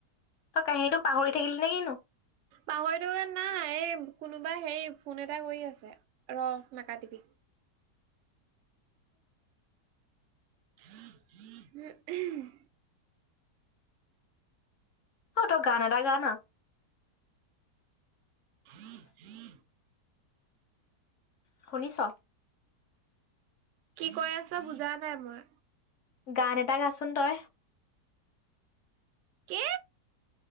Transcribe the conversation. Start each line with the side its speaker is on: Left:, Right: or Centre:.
Left: তই কাহিনীটো পাহৰি থাকিলি নেকিনো?
Right: পাহৰি থকা নাই। এই কোনোবা হেৰি ফোন এটা কৰি আছে, ৰ' নাকাটিবি
Left: <inaudible>
Right: <unintelligible>
Left: অ' তই গান এটা গা না।
Right: <inaudible>
Left: শুনি'ছ?
Right: কি কৈ আছা বুজা নাই মই।
Left: গান এটা গা চোন তই।
Right: কি?